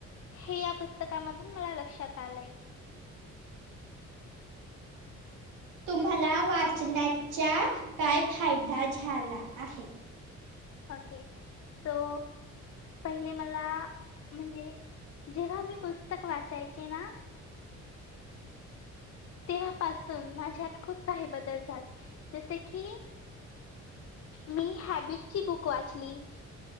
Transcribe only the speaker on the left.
हे या पुस्तकामधून मला लक्षात आलयं
ओके तो पहिले मला म्हणजे जेव्हा मी पुस्तक वाचायचे ना तेव्हापासून माझ्यात खूप काही बदल झाल जसे की मी हॅबिटची बुक वाचली